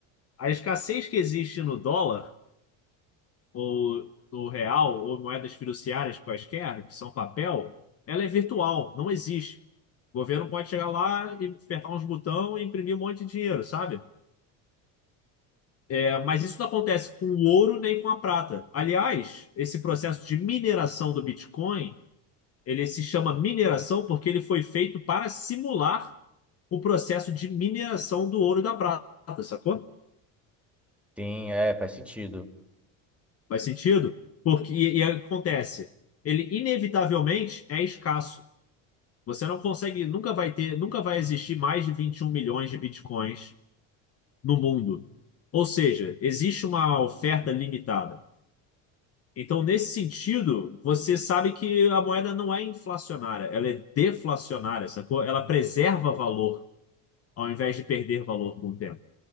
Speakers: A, on the left (about 35°); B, in the centre.
A: A escassez que existe no dólar, ou no real, ou moedas fiduciárias quaisquer, que são papel, ela é virtual, não existe. O governo pode chegar lá e apertar uns botões e imprimir um monte de dinheiro, sabe? É, mas isso não acontece com o ouro nem com a prata. Aliás, esse processo de mineração do Bitcoin, ele se chama mineração porque ele foi feito para simular o processo de mineração do ouro e da prata, sacou?
B: Sim, é, faz sentido.
A: Faz sentido? Porque, e, e aí o que acontece? Ele inevitavelmente é escasso. Você não consegue, nunca vai ter, nunca vai existir mais de 21 milhões de bitcoins no mundo. Ou seja, existe uma oferta limitada. Então, nesse sentido, você sabe que a moeda não é inflacionária, ela é deflacionária, sacou? Ela preserva valor ao invés de perder valor com o tempo,